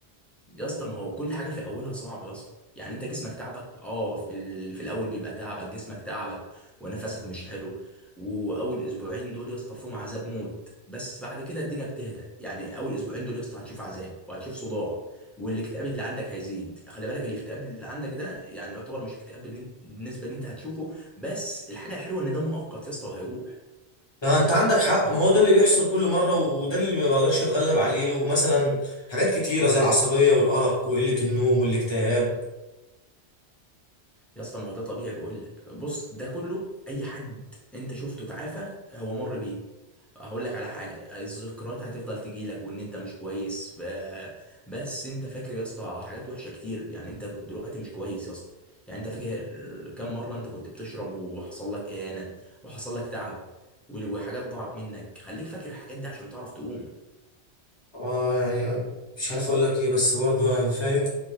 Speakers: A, in the centre; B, on the left (about 25°).
A: يا اسطى ما هو كل حاجه في اولها صعبه يا اسطى يعني انت جسمك تعبك اه في, ال... في الاول بيبقى تعبك جسمك تعبك ونفسك مش حلو واول اسبوعين دول يا اسطى فيهم عذاب موت بس بعد كده الدنيا بتهدى يعني اول اسبوعين دول يا اسطى هتشوف عذاب وهتشوف صداع والاكتئاب اللي عندك هيزيد خلي بالك الاكتئاب اللي عندك ده يعني يعتبر مش اكتئاب بالن- بالنسبه اللي انت هتشوفه بس الحاجه الحلوه ان ده مؤقت يا اسطى وهيروح
B: ما انت عندك حق ما هو ده اللي بيحصل كل مره وده اللي ما بقدرش اتغلب عليه ومثلا حاجات كتيره زي العصبيه والارق وقله النوم والاكتئاب
A: يا اسطى ما هو ده طبيعي بقول لك بص ده كله اي حد انت شفته تعافى هو مر بيه هقول لك على حاجه الذكريات هتفضل تجي لك وان انت مش كويس ف... بس انت فاكر يا اسطى حاجات وحشه كتير يعني انت دلوقتي مش كويس يا اسطى يعني انت فاكر كم مره انت كنت بتشرب وحصل لك اهانه وحصل لك تعب و- وحاجات ضاعت منك خليك فاكر الحاجات دي عشان تعرف تقوم
B: آه، يعني مش عارف اقول لك ايه بس برضه يعني فاهم